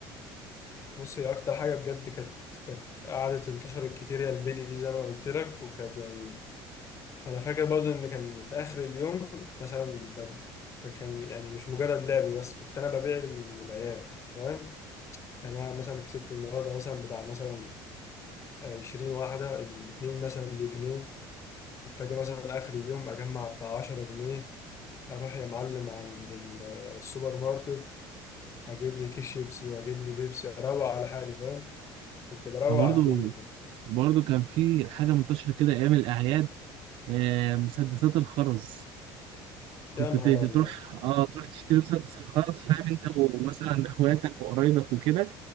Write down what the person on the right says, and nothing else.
برضه
برضه كان في حاجة منتشرة كده أيام الأعياد آه، مسدسات الخرز كنت
ت-
تروح اه تروح تشتري مسدس الخرز فاهم انت ومثلا اخواتك وقرايبك وكده